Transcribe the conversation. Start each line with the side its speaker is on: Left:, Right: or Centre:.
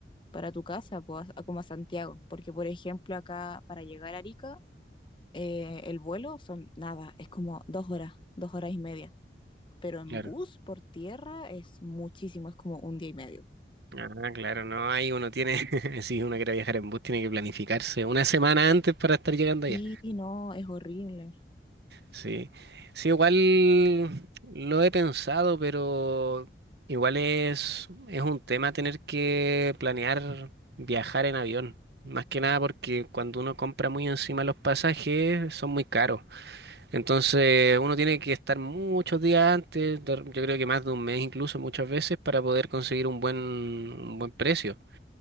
Left: para tu casa, pues, a- como a Santiago, porque por ejemplo acá para llegar a Arica, eh, el vuelo son nada, es como dos horas, dos horas y media, pero en
Right: Claro.
Left: bus por tierra es muchísimo, es como un día y medio.
Right: Ah, claro, no, ahí uno tiene, <laughs> si uno quiere viajar en bus, tiene que planificarse una semana antes para estar llegando allá.
Left: Sí, no, es horrible.
Right: Sí, sí, igual lo he pensado, pero igual es, es un tema tener que planear viajar en avión. Más que nada porque cuando uno compra muy encima los pasajes son muy caros. Entonces uno tiene que estar muchos días antes, de- yo creo que más de un mes incluso muchas veces, para poder conseguir un buen, un buen precio.